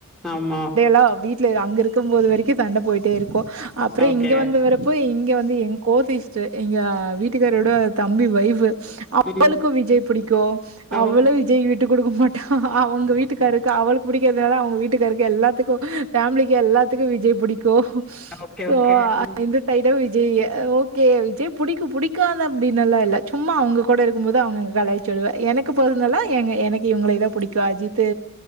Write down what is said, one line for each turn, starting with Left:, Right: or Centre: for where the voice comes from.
Centre: ஆமா
Right: தா வீட்டுல அங்க இருக்கு போது வரைக்கு சண்டபோயிட்டே இருக் க்கு அப்புறோ
Centre: ஓகே.
Right: இங்க வந்து வரப்போ இங் இங்க வந்து எங்க கோசிஸ்ட் எங்க வீட்டுகாரோட தம்பி வைஃப் அவளுக்கு
Centre: ம்.
Right: விஜய் புடிக் க்கோ
Centre: ஓ!
Right: அவ்ளோ விஜய் வீட் விட்டு குடுக்க மாட்டா அவுங்க வீட்டுக்காருக்கு அவளுக்கு பிடி எதுனாலு அவுங்க வீட்டுக்காருக்கு எல்லா க்கும் பேமிலிக்கு எல்லாத்துக்கு விஜய் புடிக்கு கு
Centre: ஓகே,
Right: சோ
Centre: ஓகே.
Right: அ
Centre: ம்.
Right: த விஜய் ஓகே விஜய் புடிக்கு புடிக்காதுனு அப்டின்னு எல்லா இல்ல சும்மா அவுங்க கூட இருக்கு போது அவுங்க கலாய்சு விடுவே எனக்கு போதனல்லா எங்க எனக்கு இவங்கள பிடிக்கு அஜித்து